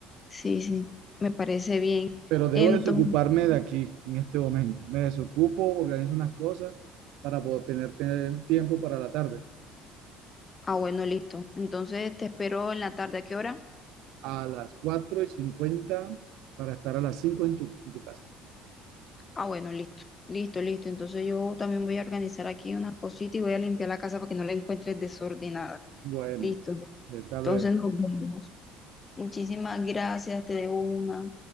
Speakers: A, on the left; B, on the right.
A: Sí, sí, me parece bien.
B: pero debo
A: Entonces,
B: desocuparme de aquí en este momento. Me desocupo, organizo unas cosas para poder tener, tener tiempo para la tarde.
A: ah, bueno, listo. Entonces te espero en la tarde, ¿a qué hora?
B: A las 4 y 50 para estar a las 5 en tu, en tu casa.
A: Ah, bueno, listo, listo, listo. Entonces yo también voy a organizar aquí unas cositas y voy a limpiar la casa para que no la encuentres desordenada.
B: Bueno,
A: Listo.
B: hasta
A: Entonces
B: luego.
A: nos vemos. Muchísimas gracias, te debo una.